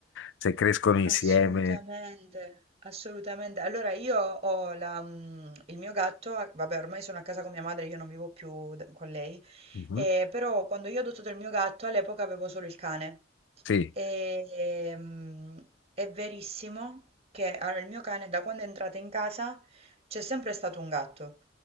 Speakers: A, on the left (about 65°); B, on the right (about 30°).
A: se crescono insieme.
B: assolutamente, assolutamente. Allora io ho la, mm, il mio gatto, a- vabbè ormai sono a casa con mia madre, io non vivo più d- con lei,
A: Mhm,
B: eh, però quando io ho adottato il mio gatto all'epoca avevo solo il cane.
A: Sì.
B: E, ehm, è verissimo che allora, il mio cane, da quando è entrato in casa, c'è sempre stato un gatto.